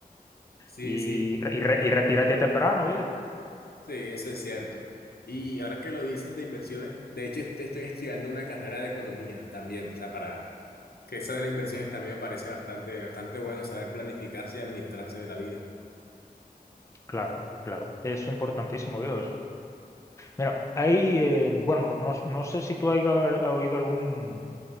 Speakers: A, on the left; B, on the left.
A: Sí,
B: Y,
A: sí,
B: y, re-
A: eh,
B: y retirarte temprano, viejo.
A: sí, eso es cierto. Y ahora que lo dices de inversiones, de hecho est- estoy estudiando una carrera de economía también, o sea, para que esa de las inversiones también me parece bastante, bastante bueno saber planificarse y administrarse de la vida.
B: Claro, claro. Eso es importantísimo, viejo. Mira, hay, eh, bueno, no, no sé si tú has oído algún,